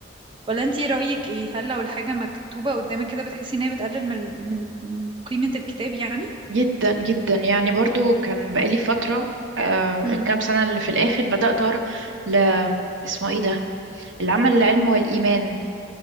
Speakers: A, on the right; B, on the right.
A: ولا انتي رأيك ايه هل لو الحاجة مكتوبة قدامك كده بتحسي ان هي بتقلل من من من قيمة الكتاب يعني
B: جدا جدا يعني برضو كان بقالي فترة آه
A: امم
B: الكام سنة اللي في الآخر بدأت أقرأ ل اسمه ايه ده العمل العلمي والإيمان